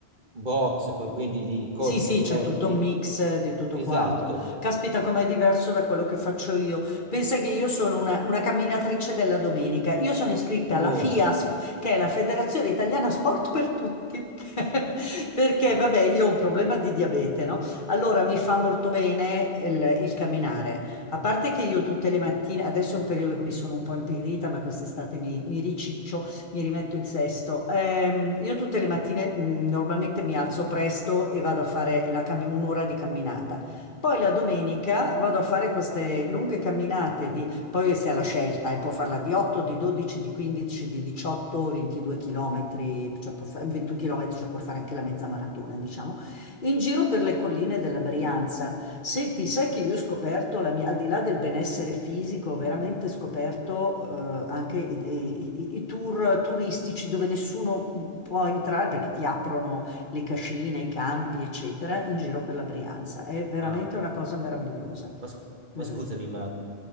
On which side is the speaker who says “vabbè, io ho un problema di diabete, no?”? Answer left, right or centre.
Left